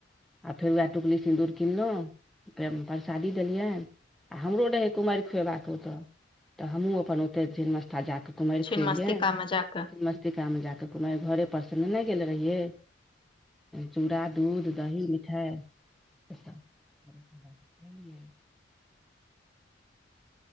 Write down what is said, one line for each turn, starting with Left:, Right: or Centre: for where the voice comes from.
Centre: आ फेर ओ टिकुली-सिन्दूर। किनलहुँ, प्रसादी देलियनि, आ हमरो रहै कुमाईर खुएबाक ओतय। तऽ हमहूँ अपन ओते छिन्नमस्तिका जा कऽ कुमारी
Left: छिन
Centre: खुएलियै।
Left: मस्तिका में जाके
Centre: टीकामे जा कऽ कुमारी घरेसँ नेने गेल रहियै। चूड़ा, दूध, दही, मिठाई। <unintelligible>